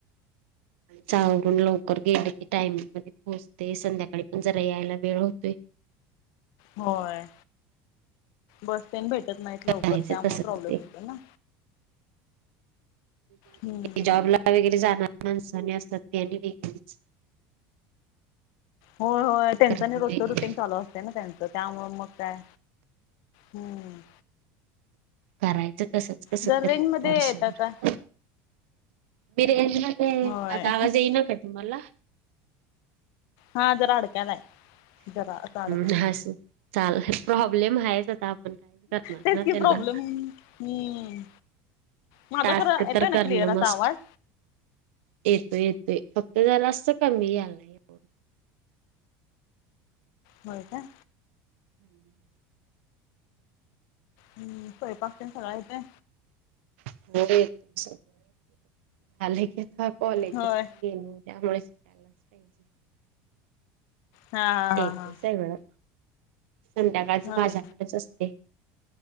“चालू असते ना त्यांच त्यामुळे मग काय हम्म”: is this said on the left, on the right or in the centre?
Left